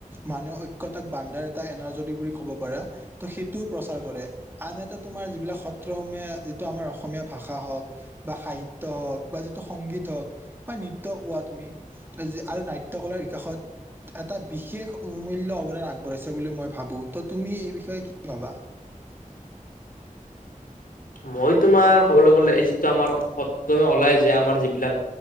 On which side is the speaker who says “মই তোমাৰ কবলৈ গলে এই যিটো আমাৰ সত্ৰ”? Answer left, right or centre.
Left